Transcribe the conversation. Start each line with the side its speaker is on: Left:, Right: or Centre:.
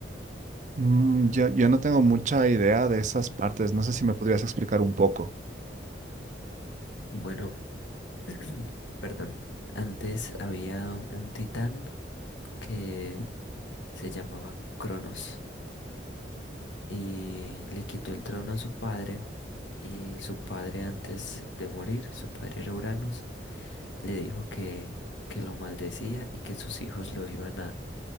Right: Mm, yo, yo no tengo mucha idea de esas partes. No sé si me podrías explicar un poco.
Left: Bueno, <clears throat> perdón, antes había un titán que se llamaba Cronos y le quitó el trono a su padre y su padre antes de morir, su padre era Uranus, le dijo que, que lo maldecía y que sus hijos lo iban a,